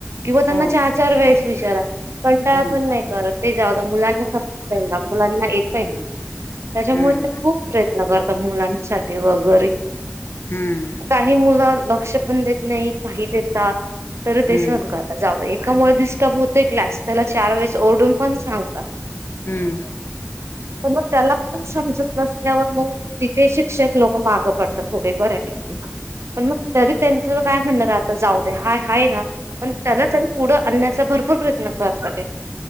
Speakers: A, on the right; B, on the left.
A: किंवा त्यांना
B: हो
A: चार चार वेळेस विचारा कंटाळा
B: हो
A: पण
B: ना
A: नाही करत ते जादू मुलां हा मुलांना येतय ना त्याच्यामुळे
B: हम्म
A: खूप प्रयत्न करत मुलांसाठी वगैरे
B: हम्म
A: काही मुलं लक्ष पण देत नाही साही देता तरी तेस
B: हम्म
A: न का आता जाऊ कामुळे डिस्टर्ब होतेय क्लास त्याला चार वेळेस ओरडून पण सांगता
B: हम्म
A: पण मग त्याला पण समजत नसल्यावर मग तिथे शिक्षक लोक मागं पडतात थोडे बऱ्या पैकी प मग तरीतनी काय म्हणणार आता जाऊ द्या हा हाय ना पण त्यांना तरी पुढं आणण्याचा भरपूर प्रयत्न करत ते